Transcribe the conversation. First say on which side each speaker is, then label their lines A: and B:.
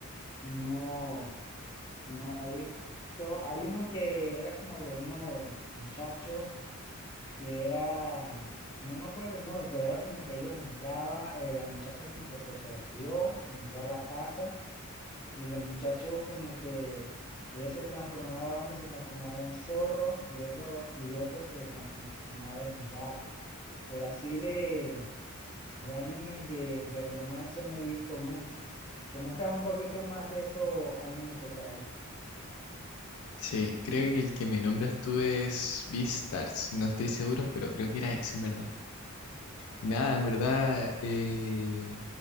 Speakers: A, on the left (about 20°); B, on the left (about 80°).
A: no, no he visto. Hay uno que era como de unos muchachos que era, no me acuerdo el nombre, pero era como que ellos entraban, eh, la muchacha como que se perdió, entró a la casa. Y los muchachos como que ellos se transformaban, uno se transformaba en zorro y otro, y otro se transformaba en gato. Pero así de, de animes de, de romance no he visto mucho. Coméntame un poquito más de esos animes que tú has visto.
B: Sí, creo que el que me nombras tú es Beastars. No estoy seguro, pero creo que era ese, en verdad. Y nada, en verdad, eh,